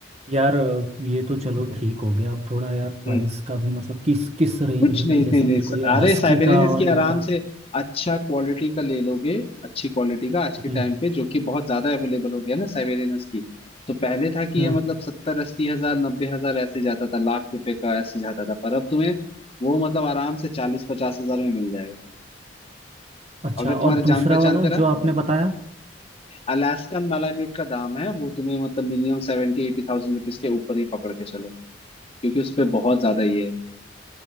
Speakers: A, on the right; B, on the left.
A: यार अ, ये तो चलो ठीक हो गया अब थोड़ा यार प्राइस
B: हम्म।
A: का भी मतलब किस किस रेंज
B: कुछ
A: में
B: नहीं
A: जैसे
B: थे ले
A: मेरे को ये
B: अरे
A: हस्की
B: साइबेरियन
A: का और
B: की
A: इनका
B: आराम से अच्छा क्वालिटी का ले लोगे अच्छी क्वालिटी का आज के
A: हम्म
B: टाइम पे जो कि बहुत ज्यादा अवेलेबल हो गया ना साइबेरियन की तो पहले था कि
A: हम्म
B: ये मतलब सत्तर अस्सी हजार नब्बे हजार ऐसे जाता था लाख रुपए का ऐसे जाता था पर अब तुम्हें वो मतलब आराम से चालीस पचास हजार में मिल जाएगा
A: अच्छा
B: अगर
A: और
B: तुम्हारे
A: दूसरा
B: जान पहचान
A: वाला
B: करा
A: जो आपने बताया
B: अलास्कन मालाम्यूट का दाम है वो तुम्हें मतलब मिनिमम सेवेंटी एटी थाउजेंड रुपीज के ऊपर ही पकड़ के चलो क्योंकि उस पे बहुत ज्यादा ये है